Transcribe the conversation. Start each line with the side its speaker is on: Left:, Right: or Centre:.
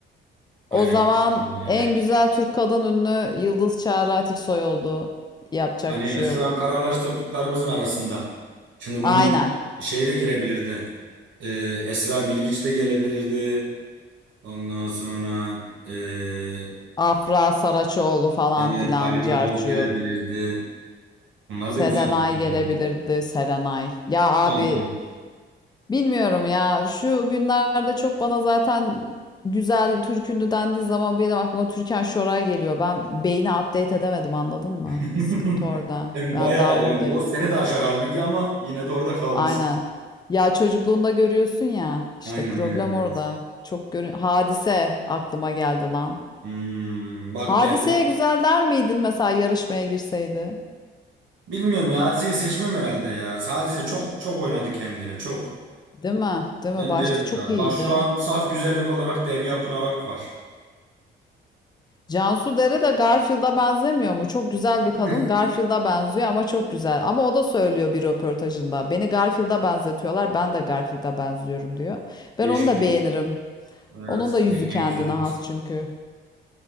Right: Aynen
Left: O zaman
Right: Yıldız abladan yanayım.
Left: en güzel Türk kadın ünlü Yıldız Çağrı Atiksoy oldu. Yapacak
Right: Hani evet
Left: bir şey
Right: şu
Left: yok.
Right: an kararlaştırdıklarımızın arasında. Şimdi bunun
Left: Aynen.
Right: için şey de girebilirdi. Ee, Esra Bilgiç de gelebilirdi. Ondan sonra ee,
Left: Afra Saraçoğlu falan
Right: evet
Left: filan
Right: Alina
Left: cart
Right: Boz gelebilirdi. Bunlar da
Left: Serenay
Right: güzel kızlar
Left: gelebilirdi
Right: yani.
Left: Serenay. Ya
Right: Yani
Left: abi Bilmiyorum ya. Şu günlerde çok bana zaten güzel Türk ünlü dendiği zaman benim aklıma Türkan Şoray geliyor. Ben beyni update edemedim anladın mı?
Right: <laughs>
Left: Sıkıntı orada.
Right: Hem
Left: Ben
Right: bayağı
Left: daha
Right: yani
Left: oradayım.
Right: o seni de aşar halbuki ama yine de orada kalmışsın.
Left: Aynen. Ya çocukluğunda görüyorsun ya. işte
Right: Aynen
Left: problem
Right: aynen evet.
Left: orada. Çok görün. Hadise aklıma geldi lan.
Right: Hmm, bak
Left: Hadiseye
Right: Derya
Left: güzel der miydin mesela yarışmaya girseydi?
Right: bilmiyorum ya Hadise'yi seçmem herhalde ya. Sadece çok çok oynadı kendiyle çok.
Left: Değil mi? Değil
Right: Bence
Left: mi? Başta
Right: yok
Left: çok
Right: ya.
Left: iyiydi.
Right: Bak şu an saf güzellik olarak Derya Pınar var.
Left: Cansu Dere de Garfield'a benzemiyor mu? Çok güzel
Right: <laughs>
Left: bir kadın. Garfield'a benziyor ama çok güzel. Ama o da söylüyor bir röportajında. Beni Garfield'a benzetiyorlar. Ben de Garfield'a benziyorum diyor. Ben
Right: Değişenim.
Left: onu da beğenirim.
Right: Evet.
Left: Onun da yüzü
Right: Değişen
Left: kendine
Right: güzeldir.
Left: has çünkü.